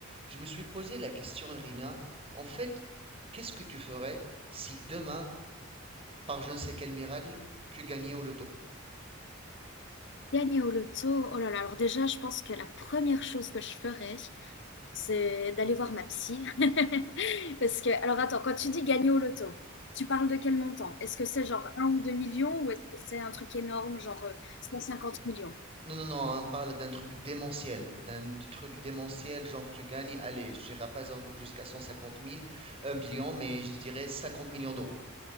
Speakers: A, on the right (about 30°); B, on the left (about 60°).
A: Je me suis posé la question, Irina, en fait, qu'est-ce que tu ferais si demain, par je ne sais quel miracle, tu gagnais au loto?
B: Gagner au loto, oh là là, alors déjà, je pense que la première chose que je ferais, c'est d'aller voir ma psy. <laughs> Parce que, alors attends, quand tu dis gagner au loto, tu parles de quel montant? Est-ce que c'est genre un ou 2 millions ou est-ce que c'est un truc énorme, genre euh, 150 millions?
A: Non, non, non, on parle d'un truc démentiel, d'un truc démentiel, genre tu gagnes, allez, je dirais pas zo- jusqu'à 150 000, 1 million, mais je dirais 50 millions d'euros.